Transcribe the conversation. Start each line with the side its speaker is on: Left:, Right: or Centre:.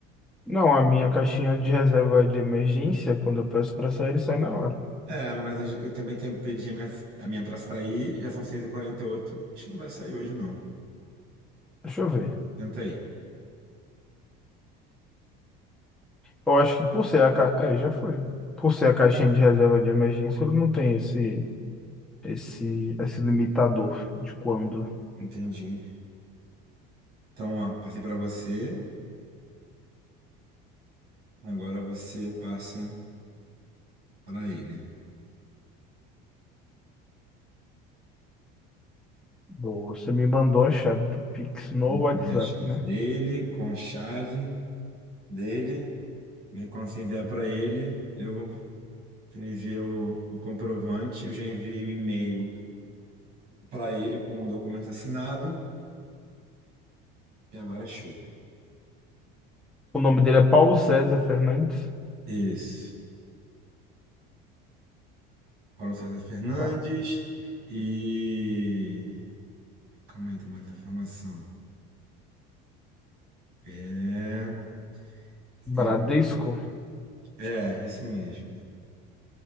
Centre: Não, a minha caixinha de reserva de emergência, quando eu peço para sair, ele sai na hora.
Right: É, mas eu eu também tenho, pedi a minha, a minha pra sair, já são 6 e 48 acho que não vai sair hoje, não.
Centre: Deixa eu ver.
Right: Tenta aí.
Centre: Eu acho que por ser a ca... é, já foi. Por ser a caixinha de reserva de emergência, ele não tem esse esse esse limitador de quando.
Right: Entendi. Então, ó, passei pra você, agora você passa pra ele.
Centre: Boa, você me mandou a chave do Pix no
Right: Envia
Centre: WhatsApp,
Right: a chave
Centre: né?
Right: dele, com a chave dele, e aí quando você enviar pra ele, eu você envia o, o comprovante, eu já enviei o e-mail pra ele com o documento assinado, e agora é show.
Centre: O nome dele é Paulo César Fernandes.
Right: Isso. Paulo César Fernandes
Centre: Tá.
Right: e. Calma aí, tem mais informação. É. Ele
Centre: Bradesco.
Right: pediu. É, isso mesmo.